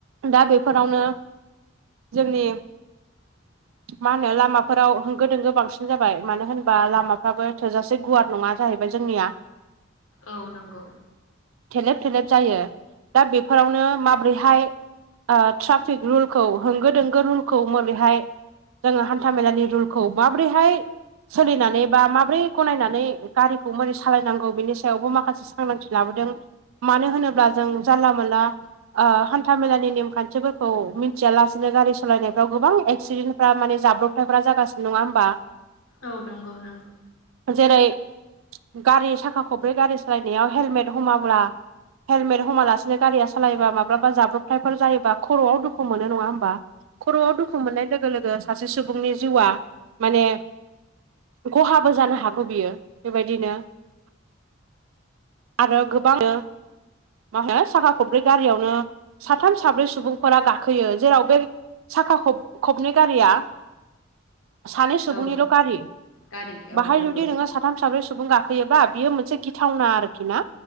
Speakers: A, on the right; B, on the left.
A: दा बेफोरावनो जोंनि
B: <inaudible>
A: मा होनो लामाफोराव होंगो दोंगो बांसिन जाबाय मानो होनबा लामाफ्राबो थोजासे गुवार नङा जाहैबाय जोंनिया
B: औ नंगौ
A: थेलेब थेलेब जायो दा बेफोरावनो माबोरैहाय ओ ट्राफिक रुलखौ होंगो दोंगो रुलखौ मोरैहाय जोङो हान्था मेलानि रुल खौ माब्रैहाय सोलिनानै बा माब्रै गनायनानै गारिखौ मोरै सालायनांगौ बेनि सायावबो माखासे सा सांग्रांथि लाबोदों मानो होनोब्ला जों जानला मोनला ओ हान्था मेलानि नेमखान्थिफोरखौ मिथिया लासे नो गारि सालायनायफ्राव गोबां एक्सिडेन्टफ्रा माने जाब्रबथायफ्रा जागासि नङा होनबा
B: औ नंगौ नंगौ
A: जेरै गारि साखा खब्रै गारि सालायनायाव हेलमेट हमाब्ला हेलमेट हमालासिनो गारिया सालायोबा माब्लाबा जाब्रबथायफोर जायो खर'आव दुखु मोनो नङा होम बा खर'आव दुखु मोननाय लोगो लोगो सासे सुबुंनि जिउआ माने खहाबो जानो हागौ बियो बेबायदिनो आरो गोबांनो मा होनो साखा खब्रै गारियावनो साथाम साब्रै सुबुंफोरा गाखोयो जेराव बे साखा खब-खबनै गारिया सानै सुबुंनिल'
B: औ
A: गारि
B: गारि औ
A: बाहाय
B: नंगौथ'
A: जुदि नोंङो साथाम साब्रै सुबुं गाखोयोबा बियो मोनसे गिथावना आरोखि ना